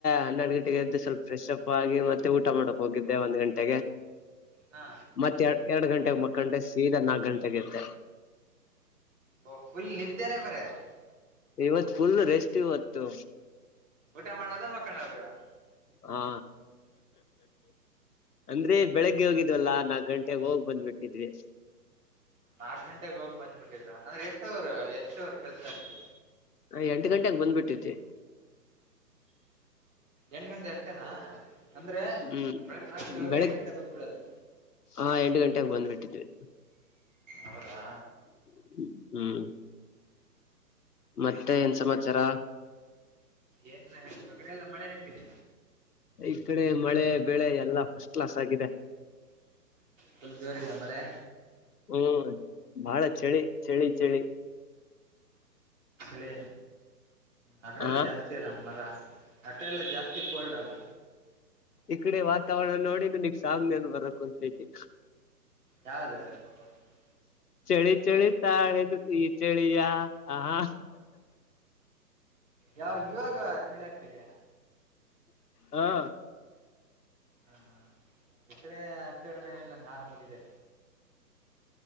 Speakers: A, on the left (about 65°); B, on the right (about 50°).
A: ಹನ್ನೆರಡು ಗಂಟೆಗೆ ಎದ್ದು ಸ್ವಲ್ಪ ಫ್ರೆಶ್ ಅಪ್ ಆಗಿ. ಮತ್ತೆ ಊಟ ಮಾಡೋಕ್ ಹೋಗಿದ್ದೆ ಒಂದ್ ಗಂಟೆಗೆ.
B: ಹಾ
A: -ಮತ್ತೆ ಎರ ಎರಡು ಗಂಟೆಗೆ ಮಕ್ಕಂಡೆ ಸೀದಾ ನಾಕ ಗಂಟೆ- ಎದ್ದ <inaudible>
B: ಓ ಫುಲ್ ನಿದ್ದೆನೆ ಬರೆ, -
A: ಇವತ್ ಫುಲ್ ರೆಸ್ಟ್ ಇವತ್ತು.
B: ಊಟ ಮಾಡೋದ ಮಕ್ಕನದ. -
A: ಹಾ,, ಅಂದ್ರೆ ಬೆಳಗ್ಗೆ ಹೋಗಿದ್ವಲ್ಲಾ ನಾಕ್ ಗಂಟ- ಮತ್ತೆ ಹೋಗ್ ಬಂದ್ಬಿಟ್ಟಿದ್ವಿ
B: ನಾಕ್ ಗಂಟೆಗೆ ಹೋಗಿ ಬಂದ್ಬ ಬಿಟ್ಟಿದ್ರಾ ಅಂದ್ರೆ ಎಸ್ ಎಷ್ಟವ್ರು ಎಷ್ಟವರು ಕೆಲ್ಸ ಅಲ್ಲಿ
A: ಎಂಟು ಗಂಟೆೆಗೆ ಬಂದ್ಬಿಟಿದ್ವಿ
B: ಎಂಟು ಗಂಟೆ ಅಷ್ಟೇನಾ ಅಂದ್ರೆ
A: ಹ್ಮ್
B: ಬೆಳಗ್ಗೆ ನಾಲ್ಕು ಗಂಟೆ ಹೋಗಿ
A: ಬೆಳಿಗ್
B: ಎಂಟು ಗಂಟೆ ಬಂದ್ಬಿಡೋದು
A: ಹಾ ಎಂಟು ಗಂಟೆಗೆ ಬಂದ್ಬಿಟ್ಟಿದ್ವಿ
B: ಹೌದಾ
A: ್ಮ ಹ್ಮ್ ಮತ್ತೆ ಏನ್ ಸಮಾಚಾರ
B: ಏನ್ ಹ ಅಗಡೆ ಎಲ್ಲ ಮಳೆ ಹೆಂಗಿದೆ
A: ಈ ಕಡೆ ಮಳೆ ಬೆಳೆ ಎಲ್ಲಾ ಫಸ್ಟ್ ಕ್ಲಾಸ್ ಆಗಿದೆ
B: ಸ್ವಲ್ಪ ಜೋರದೆ ಮಳೆ
A: ಹ್ಮ್ ಬಹಳ ಚಳಿ ಚಳಿ ಚಳಿ
B: ಳಿ ಆಡೆ ಎಲ್ಲ
A: ಆ
B: ಜಾಸ್ತಿ ಅಲ್ಲ ಮರ ಹಟ ಎಲ್ಲ ಜಾಸ್ತಿ ಕೋಲ್ಡ್ ಅಲ್ಲ
A: ಈಕ್ಡೆ ವಾತಾವರಣ ನೋಡಿ ನನಗ್ ಸಾಂಗ್ ನನ್ ಬರಕ್ ಕುಂತೈತಿ
B: ಯಾರ ಹದ
A: ಚಳಿ ಚಳಿ ತಾಳೆದು ಈ ಚಳಿಯ ಆಹಾ
B: ಯಾವ ಇವಾಗ ಚಳಿ ಾಾ
A: ಹಾ
B: ಹಾ ಹಾ ಈ ಕಡೆ ಅಷ್ಟ ನಿಲ್ಲ ನಾರ್ಮಲಿಿದೆ